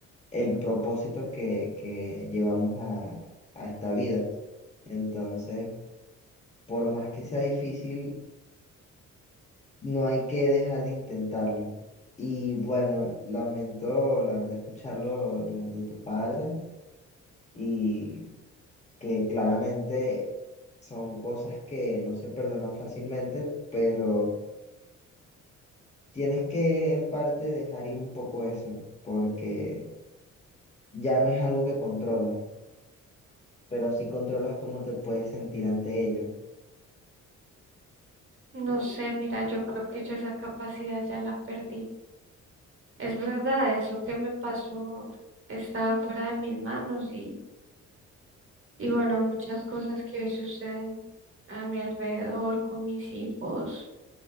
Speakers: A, on the left; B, on the right.
A: el propósito que, que llevamos a, a esta vida. Entonces, por más que sea difícil, no hay que dejar de intentarlo. Y bueno, lamento, la verdad, escucharlo lo de tu padre y que claramente son cosas que no se perdonan fácilmente, pero tienes que en parte dejar ir un poco eso, porque ya no es algo que controlas, pero sí controlas cómo te puedes sentir ante ello.
B: No sé, mira, yo creo que yo esa capacidad ya la perdí. Es verdad, eso que me pasó estaba fuera de mis manos y, y bueno, muchas cosas que hoy suceden a mi alrededor, con mis hijos,